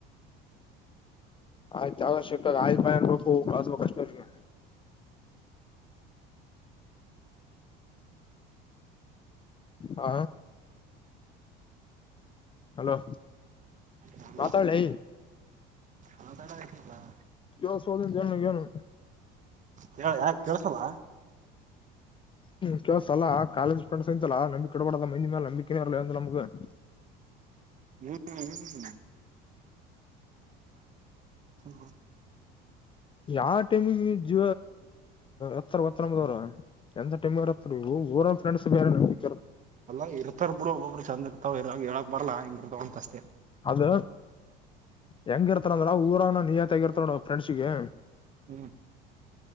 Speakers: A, on the left; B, on the right.
A: ಆಯ್ತ ಅವಶ್ಯಕ ಆಯ್ ಪಾಯ ಅನ್ಬೇಕು ಕಳ್ಸ್ಬೇಕು ಅಷ್ಟೇ ಅವ್ರಿಗೆ ಹ ಹಲೋ
B: ನ ಮ
A: ಮಾತಾಡ್ಲಿ
B: ನ ತಡಲ <unintelligible>
A: ಯವ ಸೋಧ ಜನು ನು
B: ಹೇಳ ಯಾ ಕಳ್ಸಲ್ಲ
A: ಹ್ಮ ಕೆಲವಸ ಅಾ ಕಾಲೇಜ್ ಫ್ರೆ್ಸ್ ಅಂತಲ್ಲ ನಂಬಿಕಿ ಕಡಬಡದ ಮಂದಿ ಮೇಲೆ ನಂಬಿಕೆೇ ಇಲ್ಲಮಗ ಹ್ಮ್
B: ಹ್ಮ್ ಹ್ಮ ನ <inaudible>
A: ಯಾವ ಟೈಮಿಗೆ ಜ ಎತ್ತರ ಗತ್ತ ನದವ್ ಎಂತ ಟೀಮ್ ಇರತ್ ಊರ ಫ್ರೆಂಡ್ಸ್ ಬೇರೆ ನ ಇ
B: ಅಲ್ಲ ಇರ್ತಾರ ಬಿಡು ಒಬ್ಬಬ್ರು ಚಂದ ಇರ್ವ ಇರಾಗ ಹೇಳಕ್ ಬರ್ಲ್ಲ ಹಂಗ ಇರ್ತವ ಅಂತ ಅಷ್ಟೇ
A: ಅದು ಹೆಂಗ <unintelligible> ಊರ ನ ನೀಯತ್ಗರ್ತ ನೋಡ ಫ್ರೆ್ಸಗೆ
B: ಹ್ಮ್